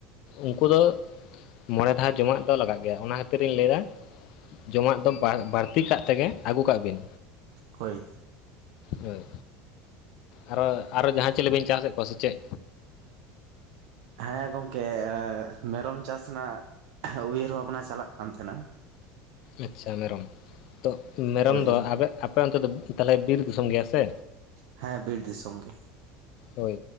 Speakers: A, on the left; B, on the right.
A: ᱩᱱᱠᱩ ᱫᱚ ᱢᱚᱬᱮ ᱫᱷᱟᱣ ᱡᱚᱢᱟᱜ ᱫᱚ ᱞᱟᱜᱟᱜ ᱜᱮᱭᱟ ᱚᱱᱟ ᱠᱷᱟᱹᱛᱤᱨ᱾ ᱤᱧ ᱞᱟᱹᱭᱮᱜ-ᱟ ᱡᱚᱢᱟᱜ ᱫᱚ ᱵᱟᱹᱲᱛᱤ ᱠᱟᱜ ᱛᱮᱜᱮ ᱟᱹᱜᱩ ᱠᱟᱜ ᱵᱤᱱ᱾
B: ᱦᱳᱭ
A: ᱦᱳᱭ ᱟᱨᱚ ᱟᱨᱚ ᱡᱟᱦᱟᱸ ᱪᱤᱞᱤᱵᱤᱱ ᱪᱟᱥᱮᱫ ᱠᱚᱣᱟ ᱥᱮ ᱪᱮᱫ᱾
B: ᱦᱮᱸ ᱜᱚᱢᱠᱮ ᱢᱮᱨᱚᱢ ᱪᱟᱥ ᱨᱮᱱᱟᱜ᱾ ᱩᱭᱦᱟᱹᱨ ᱵᱷᱟᱵᱽᱱᱟ ᱪᱟᱞᱟᱜ ᱠᱟᱱ ᱛᱟᱦᱮᱱᱟ᱾
A: ᱟᱪᱪᱷᱟ ᱢᱮᱨᱚᱢ ᱛᱚ ᱢᱮᱨᱚᱢ
B: ᱦᱳᱭ
A: ᱫᱚ ᱟᱯᱮ ᱚᱱᱛᱮ ᱫᱚ ᱛᱟᱦᱚᱞᱮ ᱵᱤᱨᱥ ᱫᱤᱥᱚᱢ ᱜᱮᱭᱟ ᱥᱮ,
B: ᱦᱮᱸ ᱵᱤᱨ ᱫᱤᱥᱚᱢ ᱜᱮ᱾
A: ᱦᱳᱭ᱾